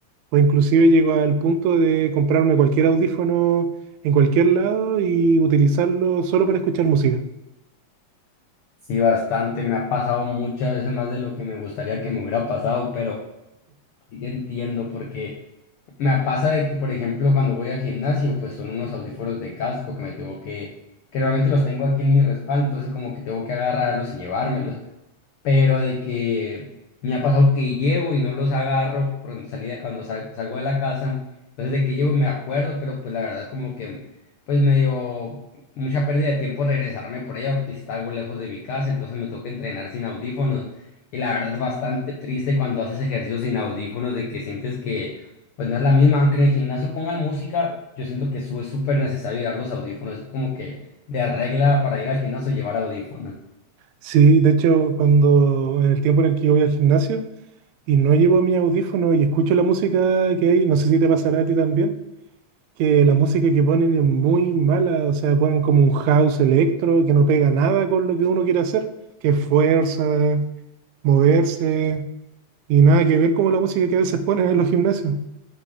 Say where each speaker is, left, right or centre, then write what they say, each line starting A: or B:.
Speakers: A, on the right (about 80°); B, on the left (about 70°).
A: o inclusive llego al punto de comprarme cualquier audífono en cualquier lado y utilizarlo solo para escuchar música.
B: Sí, bastante. Me ha pasado muchas veces más de lo que me gustaría que me hubiera pasado, pero sí que entiendo porque me pasa de que, por ejemplo, cuando voy al gimnasio, pues son unos audífonos de casco que me tengo que, que normalmente los tengo aquí en mi respaldo, entonces como que tengo que agarrarlos y llevármelos pero de que me ha pasado que llevo y no los agarro por cuando salí, de- cuando sal- salgo de la casa, entonces de que llevo y me acuerdo, pero pues la verdad es como que pues me dio mucha pérdida de tiempo regresarme por ella porque si está algo lejos de mi casa, entonces me toca entrenar sin audífonos y la verdad es bastante triste cuando haces ejercicio sin audífonos de que sientes que pues no es la misma, aunque en el gimnasio pongan música, yo siento que eso es súper necesario llevar los audífonos, es como que de regla para ir al gimnasio llevar audífonos.
A: Sí, de hecho, cuando en el tiempo en el que yo voy al gimnasio y no llevo mi audífono y escucho la música que hay, no sé si te pasará a ti también, que la música que ponen es muy mala, o sea, ponen como un house electro que no pega nada con lo que uno quiere hacer, que es fuerza, moverse y nada que ver como la música que a veces ponen en los gimnasios.